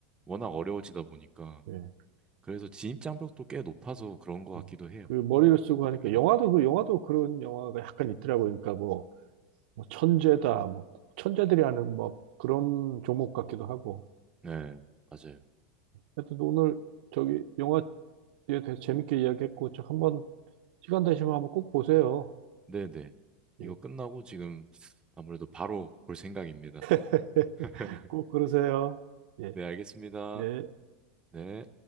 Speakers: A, on the right; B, on the right.
A: 워낙 어려워지다 보니까
B: 예.
A: 그래서 진입 장벽도 꽤 높아서 그런 것 같기도
B: 예.
A: 해요.
B: 그 머리를 쓰고
A: 바둑이라는
B: 하니까 영화도
A: 게.
B: 그 영화도 그런 영화가 약간 있더라고요. 그러니까 뭐, 뭐 천재다 뭐 천재들이 하는 뭐 그런 종목 같기도 하고.
A: 네, 맞아요.
B: 하여튼 오늘 저기 영화에 대해서 재밌게 이야기했고 저 한번 시간 되시면 한번 꼭 보세요.
A: 네네.
B: 예.
A: 이거 끝나고 지금 아무래도 바로 볼 생각입니다.
B: <laughs>
A: <laughs>
B: 꼭 그러세요. 예.
A: 네, 알겠습니다.
B: 예.
A: 네.